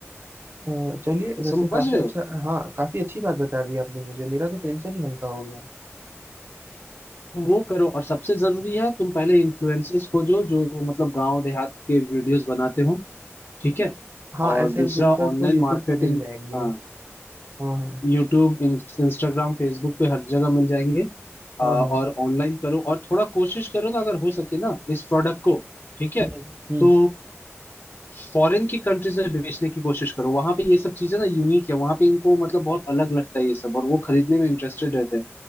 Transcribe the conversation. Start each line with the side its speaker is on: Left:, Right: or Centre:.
Right: अ, चलिए वैसे
Left: समझ
Right: काफी
Left: रहे
Right: अच्छा
Left: हो
Right: हाँ काफी अच्छी बात बता दी आपने मुझे मेरा तो टेंशन ही हल्का हो गया
Left: तुम वो करो और सबसे जरूरी है तुम पहले इन्फ्लुएंसर्स को जो जो मतलब गांव देहात के वीडियोस बनाते हो ठीक है
Right: हाँ
Left: और
Right: ऐसे
Left: दूसरा
Right: इन्फ्लुएंसर्स
Left: ऑनलाइन
Right: तो यूट्यूब
Left: मार्केटिंग
Right: पे मिल जाएंगे
Left: हाँ
Right: हाँ हाँ
Left: यूट्यूब इंस्टाग्राम फेसबुक पे हर जगह मिल जाएंगे आ,
Right: हाँ
Left: और
Right: हाँ
Left: ऑनलाइन करो और थोड़ा कोशिश करो ना अगर हो सके ना इस प्रोडक्ट को ठीक है
Right: हम्म हम्म,
Left: तो फॉरेन की कंट्रीज में बेचने की कोशिश करो वहां पे ये सब चीजें ना यूनिक है वहां पे इनको मतलब बहुत अलग लगता है ये सब और वो खरीदने में इंटरेस्टेड रहते हैं